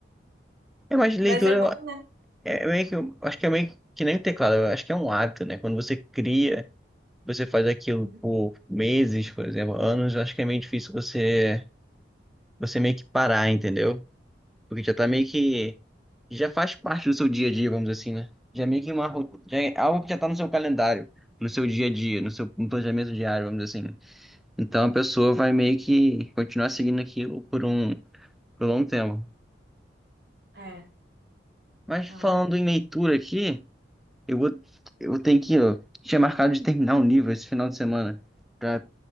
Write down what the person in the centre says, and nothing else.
É, mas leitura
eu-
é é meio que. eu Acho que é meio que nem teclado. Eu acho que é um hábito, né? Quando você cria. você faz aquilo
por meses, por exemplo, anos, eu acho que é meio difícil você você meio que parar, entendeu? Porque já tá meio que já faz parte do seu dia a dia, vamos dizer assim, né? Já é meio que uma ro- já é algo que já tá no seu calendário, no seu dia a dia, no seu no planejamento diário, vamos dizer assim. Então a pessoa vai meio que continuar seguindo aquilo por um por um longo tempo.
Mas
falando
em leitura aqui, eu vou eu tenho que, ó, tinha marcado de terminar um livro esse final de semana. Pra